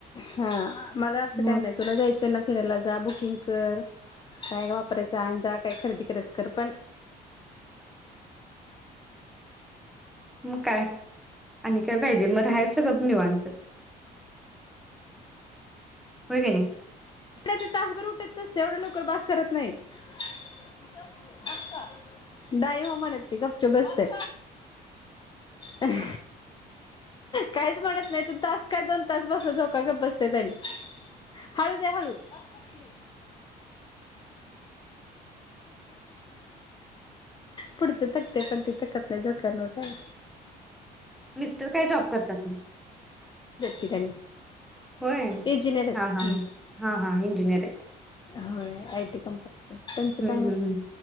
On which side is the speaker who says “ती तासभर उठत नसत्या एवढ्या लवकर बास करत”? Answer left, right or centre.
Left